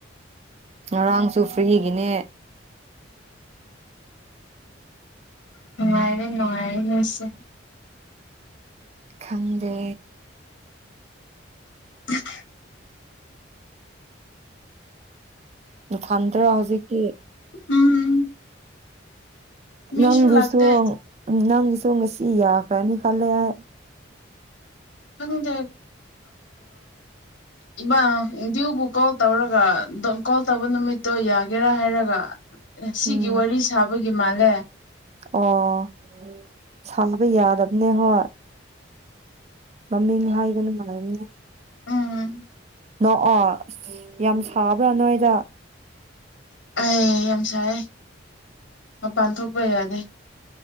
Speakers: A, on the right; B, on the left.
A: ꯉꯔꯥꯡꯁꯨ ꯐ꯭ꯔꯤꯒꯤꯅꯦ
B: ꯅꯨꯡꯉꯥꯏꯔꯦ ꯅꯨꯡꯉꯥꯏꯔꯦ ꯂꯣꯏꯁꯦ
A: ꯈꯪꯗꯦ
B: <inaudible>
A: ꯎꯝ ꯊꯥꯟꯗ ꯍꯧꯖꯤꯛꯀꯤ
B: ꯎꯝ ꯃꯤꯁꯨ
A: ꯅꯪꯁꯨꯣ
B: ꯂꯥꯛꯇꯦ
A: ꯅꯪ ꯇꯨꯡ ꯉꯁꯤ ꯌꯥ ꯀ꯭ꯔꯅꯤ ꯀꯜꯂ ꯌꯥ
B: ꯈꯪꯗꯦ ꯏꯕꯥ ꯗ꯭ꯌꯨꯕꯨ ꯀꯣꯜ ꯇꯧꯔꯒ ꯀꯣꯜ ꯇꯧꯕ ꯅꯨꯃꯤꯠꯇꯣ ꯌꯥꯒꯦꯔꯥ ꯍꯥꯏꯔꯒ ꯁꯤꯒꯤ
A: ꯎꯝ
B: ꯋꯥꯔꯤ ꯁꯥꯕ ꯒꯤ ꯃꯥꯂꯦ
A: ꯑꯣ ꯁꯥꯕ ꯌꯥꯗꯕꯅꯦ ꯍꯣꯏ ꯃꯃꯤꯡ ꯍꯥꯏꯒꯅꯨ ꯃꯜꯂꯅꯤꯅ
B: ꯎꯝ
A: ꯅꯣꯛꯑꯣ ꯑꯁ ꯌꯥꯝ ꯁꯥꯕ꯭ꯔꯥ ꯅꯣꯏꯗ
B: ꯑꯩ ꯌꯥꯝ ꯁꯥꯏ ꯃꯄꯥꯟ ꯊꯣꯛꯄ ꯌꯥꯗꯦ